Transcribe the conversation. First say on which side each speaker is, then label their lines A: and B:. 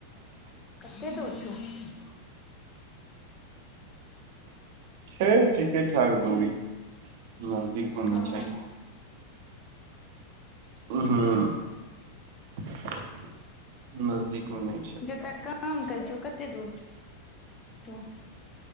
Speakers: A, on the left (about 25°); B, on the right (about 50°).
A: <unintelligible>
B: छै ठीके ठाक दूरी, नजदीकमे
A: हँ
B: नै छै। उं हूं <inaudible> नजदीकमे नै छै।
A: जत काम करै छीओ कतेक दूर <inaudible> छौ?